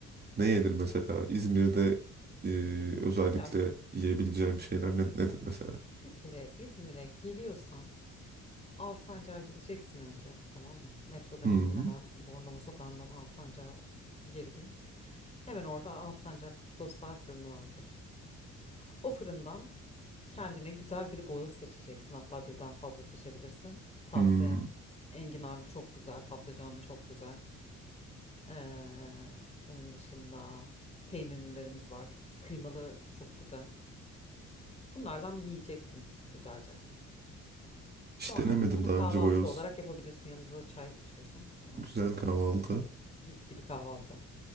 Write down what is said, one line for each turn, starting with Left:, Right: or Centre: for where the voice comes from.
Right: ne yenir mesela? İzmir'de e, özellikle
Left: Ya
Right: yiyebileceğim şeyler ne- nedir mesela?
Left: bir kere İzmir'e geliyorsan Alsancak'a gideceksin önce tamam mı? Metrodan
Right: Hmm,
Left: indin hemen Bornova Sokağı'ndan Alsancak'a girdin. Hemen orada Alsancak Dostlar Fırını vardır. O fırından kendine güzel bir boyoz seçeceksin. Hatta birden fazla seçebilirsin. Tavsiyem
Right: hmm.
Left: enginarlı çok güzel, patlıcanlı çok güzel. Ee, onun dışında peynirlilerimiz var. Kıymalı çok güzel. Bunlardan yiyeceksin güzelce.
Right: Hiç
Left: Sonra
Right: denemedim
Left: bunu
Right: daha
Left: kahvaltı
Right: önce boyoz.
Left: olarak yapabilirsin. Yanında da çay içiyorsun. Hemen
Right: Güzel
Left: söylüyorsun
Right: kahvaltı.
Left: oradan. Mis gibi kahvaltı.